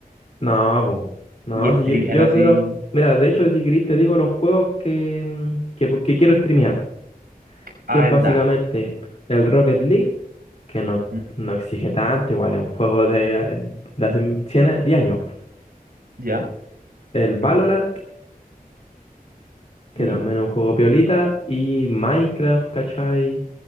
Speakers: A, on the left (about 45°); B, on the right (about 80°).
A: No, po. No,
B: y streamear
A: si yo, yo
B: así.
A: quiero. Mira, de hecho, si querés, te digo los juegos que, mm, que, que quiero streamear.
B: A
A: Que es
B: ver,
A: básicamente
B: ya,
A: el Rocket League, que no,
B: Mm,
A: no exige tanto, igual es un juego de, eh, de hace 100 a- 10 años. po.
B: ya,
A: El Valorant,
B: ¿qué más?
A: que
B: Y
A: también es un juego piolita. Y Minecraft, ¿cachai?